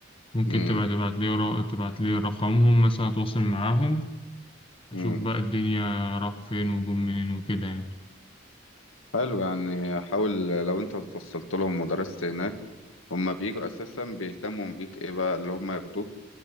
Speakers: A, on the left (about 25°); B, on the left (about 85°).
A: ممكن
B: امم
A: تبقى تبعت لي تبعت لي رقمهم مثلا اتواصل معاهم أشوف
B: امم
A: بقى الدنيا راحوا فين وجم منين وكده يعني
B: حلو يعني حاول لو انت اتوصلت لهم ودرست هناك هما بيجوا اساسا بيهتموا بيك ايه بقى اللي هما ياخدوك